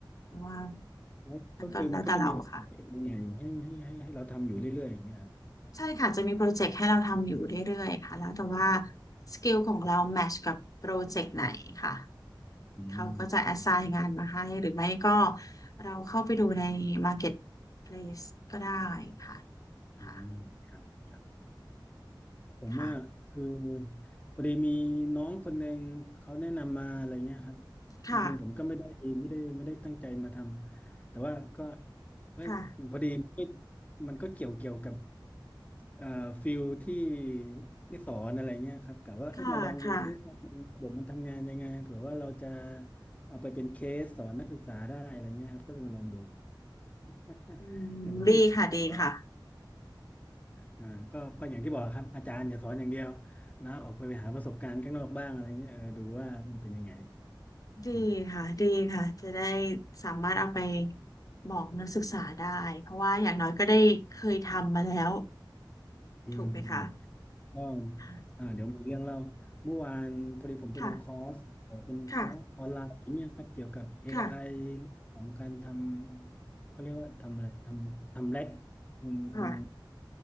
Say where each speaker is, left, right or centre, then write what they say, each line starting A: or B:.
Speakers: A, on the left; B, on the left.
A: เพราะว่า
B: แล้วก็คือมันก็จะมีแบบเจกใหม่ๆให้ให้ให้ให้เราทำอยู่เรื่อยๆอย่างเงี้ยฮะ
A: มันก็แล้วแต่เราค่ะใช่ค่ะจะมีโปรเจกต์ให้เราทำอยู่เรื่อยๆค่ะแล้วแต่ว่าสกิลของเราแมทชกับโปรเจกต์ไหนค่ะ
B: อืมอืม
A: เขาก็จะ a อส i g n งานมาให้หรือไม่ก็เราเข้าไปดูใน Marketplace ก็ได้ค่ะ
B: อืมครับครับ
A: ค่ะ
B: ผมอ่ะคือ
A: ค่ะ
B: พอดีมีน้องคนหนึ่งเขาแนะนำมาอะไรเงี้ยครับ
A: ค่ะ
B: จริงๆผมก็ไม่ได้ไม่ได้ไม่ได้ตั้งใจมาทำแต่ว่าก็เฮ้ยพอดี
A: ค่ะ
B: มันก็เกี่ยวเกี่ยวกับเอ่อฟิลที่ที่สอนอะไรเงี้ยครับกะว่าเอ้ยมาลองดูซิว่ามันระบบมันทำงานยังไงเผื่อว่าเราจะ
A: ค่ะค่ะ
B: เอาไปเป็นเคสสอนนักศึกษาได้อะไรเงี้ยครับก็เลยมาลองดู <laughs>
A: อืมดีค่ะดีค่ะ
B: แต่ว่าไม่ได้แบบว่า อ่าก็ก็อย่างที่บอกครับอาจารย์อย่าสอนอย่างเดียวนะออกไปหาประสบการณ์ข้างนอกบ้างอะไรเงี้ยเออดูว่ามันเป็นยังไง
A: ดีค่ะดีค่ะ
B: อืม
A: จะได้สามารถเอาไปบอกนักศึกษาได้ เพราะว่าอย่างน้อยก็ได้เคยทำมาแล้ว
B: อืมอืม
A: ถูกไหมคะ
B: ก็
A: ค่ะ
B: อ่าเดี๋ยวมีเรื่องเล่าเมื่อวานพอดีผมไปลงคอร์สเอ่อเป็นคอร์สออนไลน์เนี่ยครับเกี่ยวกับ
A: ค่ะค่ะ
B: AI
A: ค
B: เรื่องของการทำเขาเรียกว่าทำอะไรทำทำแร็กคุณคุณ
A: ่ะ